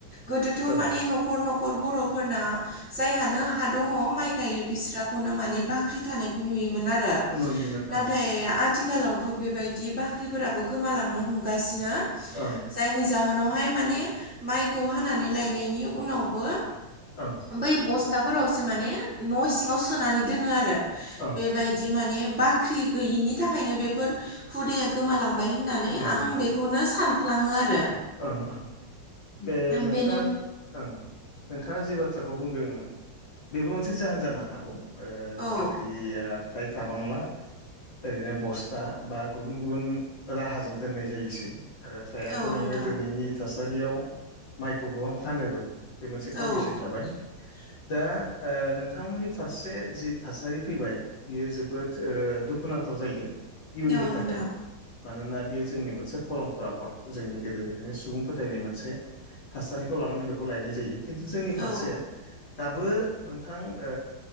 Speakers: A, in the centre; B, on the left.
A: गोदोथ'
B: ओं
A: माने न'खर न'ख खर बर'फोरना जायहानो हा दङ माइ गायो बिस्राखौनो माने बाख्रि थानायखौ नुयो मोन आरो
B: नुयोमोन
A: नाथाय
B: ओं
A: आ थिखालावथ' बेबायदि बाख्रिफोराबो गोमालांनो हमगासिनो
B: ओं
A: जायनि जाहोन नावहाय माने माइखौ हानानै लायनायनि उनावबो
B: ओं
A: बै बस थाफोरावसो माने न' सिङाव सोनानै दोनो आरो
B: ओं
A: बेबायदि माने बा ख्रि गैयिनि थाखायनो बेफोर हुदाया गोमालांबाय होननानै
B: गोमालांबाय
A: आं बेखौनो सान फ्लाङो आरो।
B: ओं ओं बे नोंथाङा
A: बेनि
B: ओं नोंथाङा जि बाथ थ्राखौ बुंदों बेबो मोनसे जाहोन जानो हागौ। ओ
A: औ
B: बाख्रिया फ्राय थाबांला ओरैनो बस था बा गुबुन गुबुन राहाजों दोननाय जायोसै। आरो फ्रायाथ'
A: औ
B: नोङो
A: नोंथां
B: नि थासारियाव माइखौ गोबां फानोबो बे मोनसे कन्डिसन
A: औ
B: थाबाय।
A: <inaudible>
B: दा ओ नोंथांमोननि फारसे जि थासारि फैबाय बियो जोबोद ओ दुखुनां थाव जायो। इयुननि
A: औ नोंथां
B: थाखाय मानोना बेयो जोंनि मोनसे परमपरा कड जोंनि गोदोनिफ्राय बिनि सुबुं फोथायनाय मोनसे थासारिखौ लानानै बेखौ लायनाय जायो। खिन्थु जोंनि फारसे
A: औ
B: दाबो नोंथां ओ